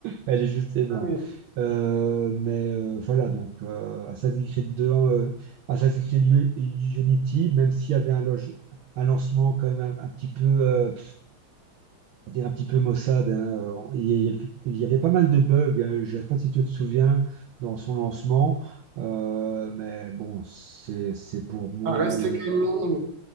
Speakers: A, on the right (about 80°); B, on the right (about 55°).
A: Elle est juste énorme.
B: ouais.
A: Euh, mais euh, voilà, donc euh, Assassin's Creed deux euh, Assassin's Creed U- Unity, même s'il y avait un, loge- un lancement quand même un, un petit peu, euh, à dire un petit peu maussade, hein, euh, il y, avait il y avait pas mal de bugs. hein. je ne sais pas si tu te souviens dans son lancement, euh, mais bon, c'est c'est pour moi
B: Ah, rester quand même minime.